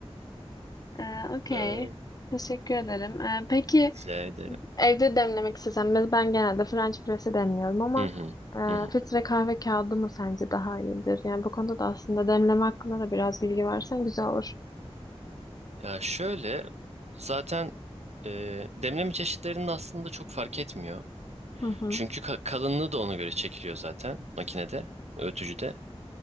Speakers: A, on the left (about 35°); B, on the right (about 85°).
A: Ee, okey.
B: Ee,
A: Teşekkür ederim. Ee, peki
B: Rica ederim.
A: Evde demlemek istesem de ben genelde French press'e demliyorum ama
B: Hı hı. Hı hı.
A: e, filtre kahve kağıdı mı sence daha iyidir? Yani bu konuda da aslında demleme hakkında da biraz bilgi versen güzel olur.
B: Ya şöyle zaten e, demleme çeşitlerinde aslında çok fark etmiyor.
A: Hı hı.
B: Çünkü ka- kalınlığı da ona göre çekiliyor zaten makinede, öğütücüde.